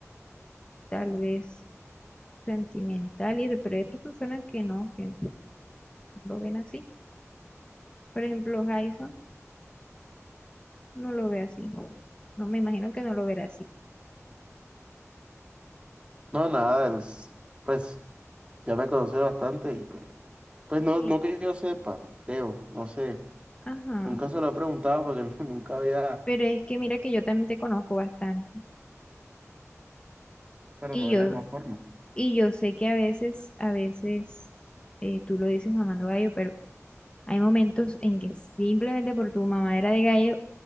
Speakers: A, on the left; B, on the right.
A: tal vez, sentimental y eso, pero hay otras personas que no, que no lo ven así. Por ejemplo, Jason no lo ve así. No me imagino que no lo verá así.
B: No, nada, el s- pues ya me conoce bastante y pues, pues no,
A: Sí.
B: no que yo sepa, creo, no sé,
A: Ajá.
B: nunca se lo he preguntado porque <laughs> no- nunca había,
A: Pero es que mira que yo también te conozco bastante.
B: pero
A: Y
B: no
A: yo
B: de la misma forma.
A: Y yo sé que a veces, a veces eh, tú lo dices mamando gallo, pero hay momentos en que simplemente por tu mamadera de gallo,